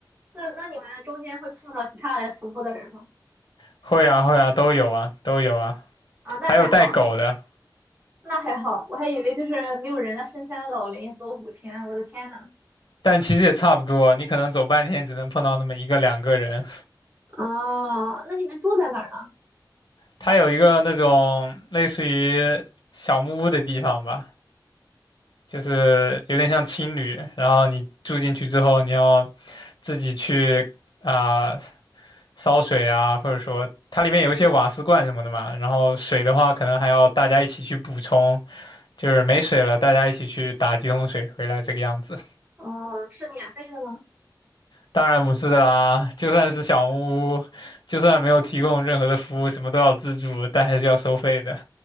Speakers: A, on the right; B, on the left.
A: 那那你们中间会碰到其他来徒步的人吗？
B: 会啊会啊都有啊都有啊，
A: 啊，那还好，
B: 还有带狗的，
A: 那还好，我还以为就是没有人的深山老林走五天，我的天呐！
B: 但其实也差不多，你可能走半天只能碰到那么一个两个人。
A: 哦，那你们住在哪儿呢？
B: 它有一个那种类似于小木屋的地方吧，就是有点像青旅，然后你住进去之后，你要自己去啊、烧水啊，或者说它里面有一些瓦斯罐什么的嘛，然后水的话可能还要大家一起去补充，就是没水了大家一起去打几桶水回来这个样子。
A: 哦，是免费的吗？
B: 当然不是啦，就算是小木屋，就算没有提供任何的服务，什么都要自助，但还是要收费的。